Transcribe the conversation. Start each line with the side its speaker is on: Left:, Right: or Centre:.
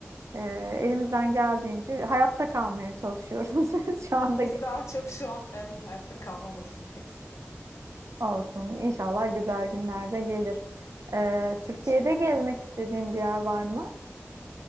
Right: e,
Left: Evet.
Right: elimizden geldiğince hayatta kalmaya çalışıyoruz <laughs> biz
Left: <laughs>
Right: şu anda
Left: Biz daha çok şu an evet hayatta kalma modundayız
Right: Olsun. İnşallah güzel günlerde gelir. Ee, Türkiye'de
Left: <laughs> inşallah.
Right: gezmek istediğin bir yer var mı?